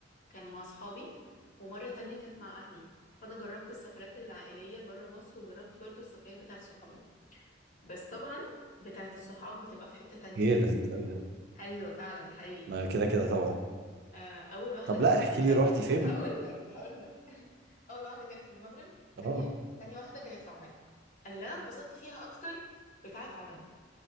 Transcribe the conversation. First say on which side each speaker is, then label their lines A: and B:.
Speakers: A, on the left; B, on the right.
A: كانوا مع أصحابي ومرة تانية كانت مع أهلي فأنا جربت السفرات العائلية برا مصر وجربت برضو السفرات بتاعة صحابنا بس طبعا بتاعة الصحاب بتبقى في حتة تانية
B: ايه لذيذ قوي ده
A: أيوة فعلا ده حقيقي
B: ما كده كده طبعا
A: آه، أول واحدة
B: طب
A: كانت
B: لا احكي
A: للمغرب
B: لي روحتي فين
A: <laughs> هقول لك هقول لك <laughs> أول واحدة كانت للمغرب
B: اه
A: تانية تانية واحدة كانت لعمان أنا اللي أنا اتبسطت فيها أكتر بتاعة عمان